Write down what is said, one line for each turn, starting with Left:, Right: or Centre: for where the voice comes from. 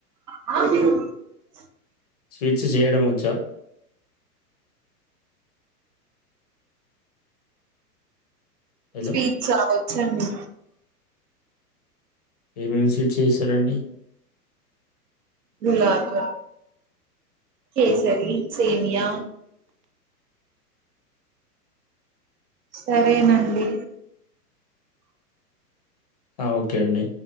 Right: <unintelligible>
Left: స్వీట్స్ చేయడముంచా వచ్చా హలో!
Right: స్వీట్స్ అ వచ్చు అండి
Left: ఏమేం సీట్ చేశారు అండి
Right: గులాకా కేసర సేనియా సరేనండి
Left: ఆ ఓకే అండి